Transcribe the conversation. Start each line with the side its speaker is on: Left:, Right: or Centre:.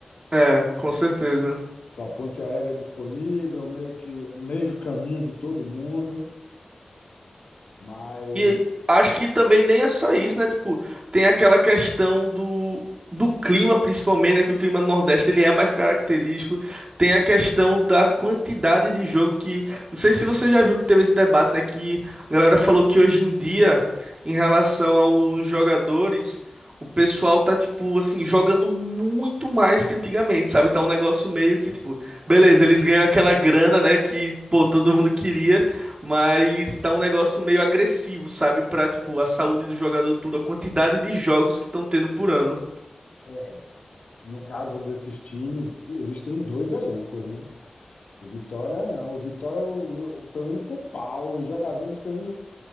Right: é, com certeza.
Left: com a ponte aérea disponível, meio que meio do caminho de todo mundo. Mas
Right: E acho que também nem é só isso, né? Tipo, tem aquela questão do, do clima, principalmente, né? Que o clima do Nordeste ele é mais característico. Tem a questão da quantidade de jogo que. Não sei se você já viu que teve esse debate, né? Que a galera falou que hoje em dia, em relação aos jogadores, o pessoal tá, tipo, assim, jogando muito mais que antigamente, sabe? Tá um negócio meio que, tipo, beleza, eles ganham aquela grana, né? Que, pô, todo mundo queria. Mas tá um negócio meio agressivo, sabe? Pra, tipo, a saúde do jogador, tudo, a quantidade de jogos que estão tendo por ano.
Left: é, no caso desses times, eles têm dois elencos, né? O Vitória não. O Vitória estão indo pro pau, os jogadores estão indo